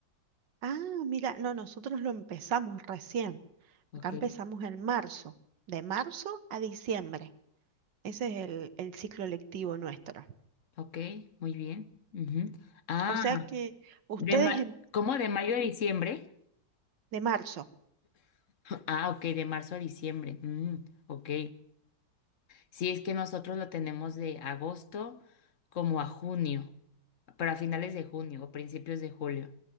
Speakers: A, on the right; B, on the left.
A: Ah, mira, no, nosotros lo empezamos recién.
B: ¿ok?
A: Acá empezamos en marzo, de marzo a diciembre. Ese es el, el ciclo lectivo nuestro.
B: Ok, muy bien. Ujú. Ah,
A: O sea que ustedes
B: de ma-
A: empiezan...
B: ¿cómo de mayo a diciembre?
A: de marzo.
B: Ah, ok, de marzo a diciembre. Mm, ok. Sí, es que nosotros lo tenemos de agosto como a junio, pero a finales de junio o principios de julio.